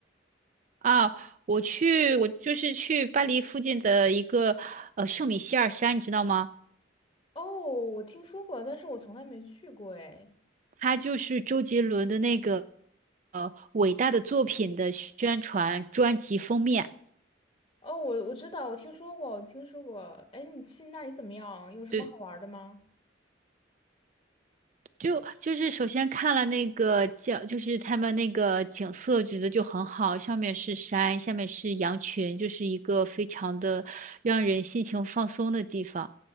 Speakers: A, on the right; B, on the left.
A: 啊，我去，我就是去巴黎附近的一个呃圣米歇尔山，你知道吗？
B: 哦，我听说过，但是我从来没去过哎。
A: 它就是周杰伦的那个呃伟大的作品的宣传专辑封面，
B: 哦，我我知道，我听说过，我听说过。哎，你去那里怎么样？有什么好玩儿的吗？
A: 就就就是首先看了那个景，就是他们那个景色，觉得就很好，上面是山，下面是羊群，就是一个非常的让人心情放松的地方。